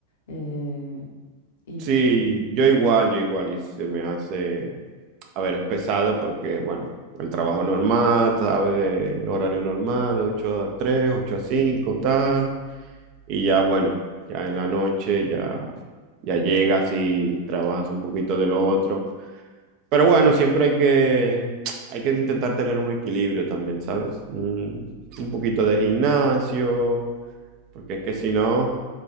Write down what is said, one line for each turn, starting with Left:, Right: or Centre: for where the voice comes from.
Left: eh, y
Right: Sí,
Left: pues,
Right: yo igual, yo igual, y se me hace, a ver, es pesado porque, bueno, el trabajo normal, sabes, de horario normal, de 8 a 3 ocho a
Left: ujú.
Right: cinco tal. Y ya bueno, ya en la noche ya, ya llegas y trabajas un poquito de lo otro. Pero bueno, siempre hay que, hay que intentar tener un equilibrio también, ¿sabes? Un, un poquito de gimnasio, porque es que si no,